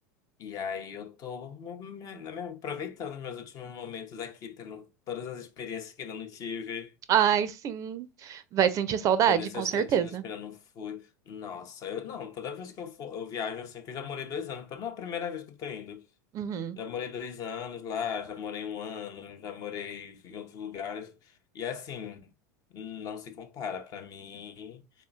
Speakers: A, on the left (about 40°); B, on the right (about 35°).
A: e aí eu tô me, me- né, me aproveitando os meus últimos momentos aqui, tendo todas as experiências que ainda não tive,
B: Ai, sim. Vai sentir saudade,
A: conhecer
B: com
A: os
B: certeza.
A: cantinhos que ainda não fui. Nossa, eu não, toda vez que eu for, eu viajo assim, que eu já morei dois anos, não é a primeira vez que eu tô indo.
B: Uhum.
A: Já morei dois anos lá, já morei um ano, já morei em outros lugares. E assim, não se compara. Pra mim,